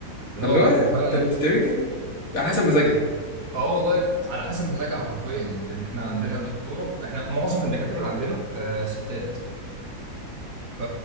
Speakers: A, on the right; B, on the left.
A: لا
B: فاللي
A: والله
B: هو
A: انا فعلا
B: طب انت بتعملي كده ليه؟ على حسب مزاجها
A: اه والله على حسب مزاجها حرفيا يعني احنا عندنا دكتوره احنا معظم الدكاتره اللي عندنا آه ستات ف